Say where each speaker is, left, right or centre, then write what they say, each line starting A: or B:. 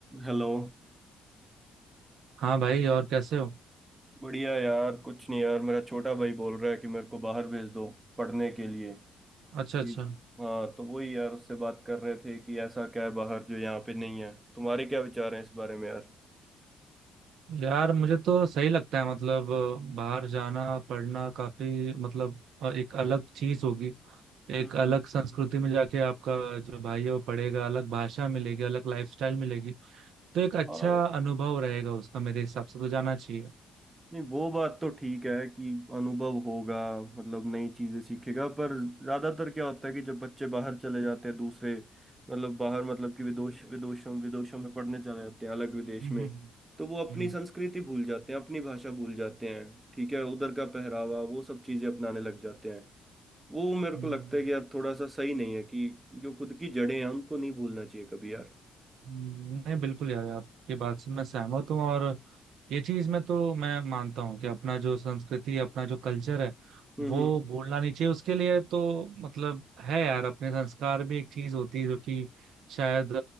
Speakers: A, on the right; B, on the right.
A: Hello
B: हाँ भाई और कैसे हो
A: बढ़िया यार कुछ नहीं यार मेरा छोटा भाई बोल रहा है कि मेरे को बाहर भेज दो पढ़ने के लिए
B: अच्छा
A: कि-
B: अच्छा
A: हाँ तो वही यार उससे बात कर रहे थे कि ऐसा क्या है बाहर जो यहाँ पे नहीं है तुम्हारे क्या विचार हैं इस बारे में यार
B: यार मुझे तो सही लगता है मतलब अ, बाहर जाना पढ़ना काफी मतलब अ, एक अलग चीज होगी एक
A: हम्म
B: अलग
A: हम्म।
B: संस्कृति में जाके आपका जो भाई है वो पढ़ेगा अलग भाषा मिलेगी अलग लाइफस्टाइल मिलेगी तो एक अच्छा
A: हाँ यार
B: अनुभव रहेगा उसका मेरे हिसाब से तो जाना चाहिए
A: नहीं वो बात तो ठीक है कि अनुभव होगा मतलब नई चीजें सीखेगा पर ज्यादातर क्या होता है कि जब बच्चे बाहर चले जाते हैं दूसरे मतलब बाहर मतलब कि विदेश विदेशों विदेशों में पढ़ने चले जाते हैं अलग विदेश
B: हम्म
A: में
B: हम्म
A: तो वो अपनी
B: हम्म
A: संस्कृति भूल जाते हैं अपनी भाषा भूल जाते हैं ठीक है उधर का पहरावा वो सब चीजें अपनाने लग जाते हैं वो मेरे
B: हम्म,
A: को लगता
B: हम्म।
A: है कि यार थोड़ा सा सही नहीं है कि जो खुद की जड़ें हैं उनको नहीं भूलना चाहिए कभी यार
B: नहीं बिल्कुल यार आपकी बात से मैं सहमत हूँ और ये चीज में तो मैं मानता हूँ कि अपना जो संस्कृति अपना जो कल्चर है
A: हम्म
B: वो
A: हम्म
B: भूलना नहीं चाहिए उसके लिए तो मतलब है यार अपने संस्कार भी एक चीज होती है जो कि शायद